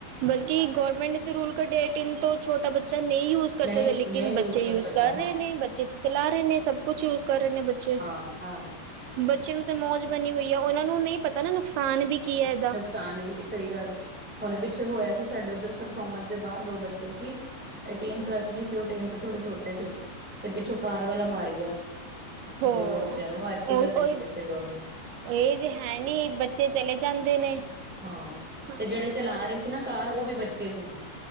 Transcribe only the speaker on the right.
ਬਲਕਿ ਗਵਰਮੈਂਟ ਨੇ ਤਾਂ ਰੂਲ ਕਢਿੱਆ ਏ, ਟੈਨ ਤੋਂ ਛੋਟਾ ਬੱਚਾ ਨਹੀਂ ਜੁਊ ਯੂਜ਼ ਕਰ
ਸਕਦੇ। ਲੇਕਿਨ
ਬੱਚੇ ਯੂਜ
ਕਰ
ਰਹੇ ਨ, ਬੱਚੇ ਤਾਂ ਚਲਾ ਰਹੇ ਨੇ, ਸਭ ਕੁੱਛ ਯੂਜ ਕਰ ਰਹੇ ਨੇ ਬੱਚੇ।
ਬੱਚਿਆਂ ਨੂੰ ਤਾਂ ਮੌਜ ਬਣੀ ਹੋਈ ਵੀ ਐ, ਉਹਨਾਂ ਨੂੰ ਨਹੀਂ ਪਤਾ ਨਾ ਨੁਕਸਾਨ ਵੀ ਕੀ ਹੈ ਇਹਦਾ।
ਹੋ,
ਉਹੀ-ਉਹੀ
<inaudible> ਏਜ਼ ਹੈਨੀ ਬੱ ਚੇ ਚਲੇ ਜਾਂਦੇ ਨੇ।
ਹਾਂਜੀ